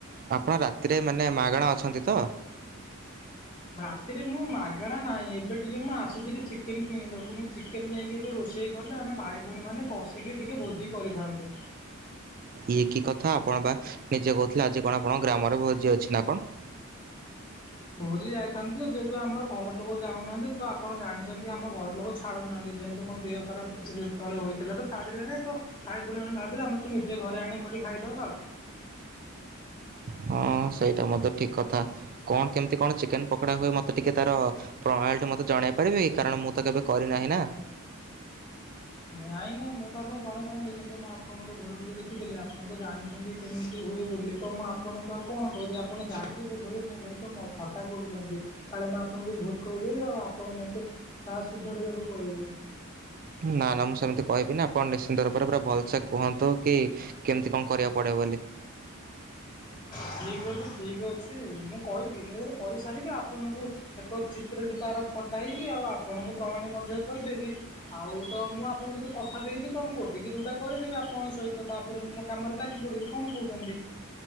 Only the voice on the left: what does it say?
ରାତିରେ ମୁଁ ମାଗଣା ନାହିଁ, ଏବେ ଟିକେ ମୁଁ ଆସିଥିଲି ଚିକେନ କିଣିବାକୁ ମୁଁ ଚିକେନ ନେଇକି ଏବେ ରୋଷେଇ କଲେ ଆମେ ଭାଇ, ଭଉଣୀମାନେ କଷିକି ଟିକେ ଭୋଜି କରିଥାନ୍ତୁ।
ଭୋଜି ଯାଇଥାନ୍ତି ଯେ ଯେହେତୁ ଆମର ଘର ଲୋକ ଯାଉନାହାନ୍ତି ତ ଆପଣ ଜାଣିଛନ୍ତି ଆମ ଘର ଲୋକ ଛାଡୁନାହାନ୍ତି ଯେହେତୁ ମୋ ଦେହ ଖରାପ କିଛି ଦିନ ତଳେ ହୋଇଥିଲା ତ ଛାଡିଲେନି ତ ଭାଇ ପୁଣି ଆମେ ଭାବିଲା ଆମେ ନିଜେ ଘରେ ଆଣିକି ଖାଇଦବା।
ନାଇଁ ନାଇଁ ମୁଁ ତ ଆପଣଙ୍କୁ ଜଣେଇଥାନ୍ତି କିନ୍ତୁ ମୁଁ ଆପଣଙ୍କ ଭିଡିଓ ଟି ଦେଖିଥିଲି ଆପଣ ତ ଜାଣିଛନ୍ତି କେମିତି ହୁଏ ବୋଲି ତ ମୁଁ ଆପଣଙ୍କୁ ଆଉ କଣ କହିବି ଆପଣ ଜାଣିକି ବୋଧହୁଏ ମୋ ସହିତ ମ ଥଟ୍ଟା କରୁଛନ୍ତି। କାଳେ ମୁଁ ଆପଣଙ୍କୁ ଭୁଲ କହି ଦେବି ଆଉ ଆପଣ ମୋତେ ତାହା ସୁଧରିବାକୁ କହିବେ।
ଠିକ୍ ଅଛି ଠିକ୍ ଅଛି ମୁଁ କହିବି, ମୁଁ ଯେତେବେଳେ କରିସାରିବି ଆପଣଙ୍କୁ ଏକ ଚିତ୍ରଟି ତାର ପଠାଇବି ଆଉ ଆପଣଙ୍କୁ ପ୍ରଣାଳୀ ମଧ୍ୟ କହିଦେବି। ଆଉ ତ ମୁଁ ଆପଣଙ୍କୁ ଯେହେତୁ କଥା ଦେଇଛି ତ ମୁଁ ଗୋଟେ କିି ଦୁଇଟା କରିଦେବି ଆପଣଙ୍କ ସହିତ, ତାପରେ ମୁଁ ମୋ କାମରେ ଲାଗି ପଡ଼ିବି କଣ କହୁଛନ୍ତି?